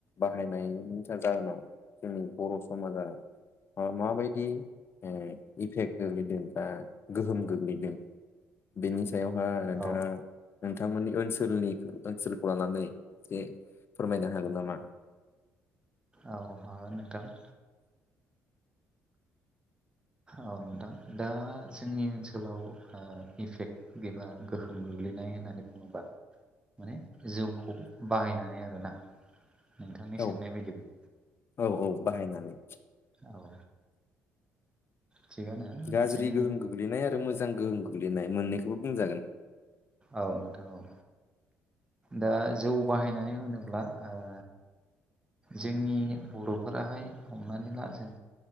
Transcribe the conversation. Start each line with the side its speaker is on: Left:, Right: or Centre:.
Left: बाहायनायनिसार जाहोनाव जोंनि बर' समाजा ओ माबायदि ओ इफेक्ट गोग्लैदों दा गोहोम गोग्लैदों बेनि सायावहा नोंथांङा
Right: औ
Left: नोंथांमोननि ओनसोल सोलनि ओनसोलखौ लानानै एसे फोरमायनो हागोन नामा?
Right: औ हागोन नोंथां। औ नोंथां दा जोंनि ओनसोलाव ओ इफेक्ट गिबार गोहोम गोग्लैनाय होननानै बुंङोबा माने जौखौ बाहायनानै आरोना नोंथांनि
Left: औ
Right: सोंनाय बायदिब्ला
Left: औ औ बाहायनानै।
Right: औ ओ थिगानो
Left: गाज्रि
Right: जोंनि
Left: गोहोम गोग्लैनाय आरो मोजां गोहोम गोग्लैनाय मोननैखौबो बुंजागोन।
Right: औ नोंथां औ। दा जौ बाहायनानै होनोब्ला ओ जोंनि बर'फोराहाय हमनानै ला जों